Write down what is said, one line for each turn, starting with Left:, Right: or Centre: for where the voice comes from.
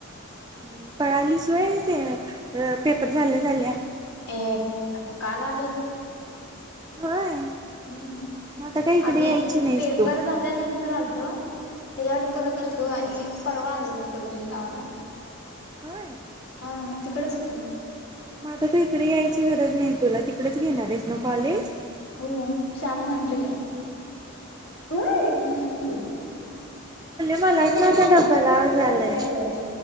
Right: <inaudible> पाळालीस होय ते अ पेप र झाल्या झाल्या
Left: ऐ आत काल आलोय.
Right: होय.
Left: हम्म
Right: मग आता काय इकडे
Left: आधी
Right: यायची नाहीस
Left: पेपर
Right: तू
Left: झाल्यानंतर आलतो त्याजावर आणि परत आल तो आणि परवा आलो म परत मी गावाला
Right: होय.
Left: हा तिकडच होत
Right: म आता तू इकडे यायची गरज नाही तुला ती- खरंच घेणारस ना कॉलेज
Left: होय सामान आणलं की होय! हम्म
Right: मलाच
Left: पल्ले मला
Right: माझा
Left: ऐक
Right: डब्बल
Left: ना,
Right: आवाज
Left: डोकं लाल
Right: आलाय
Left: झालंय.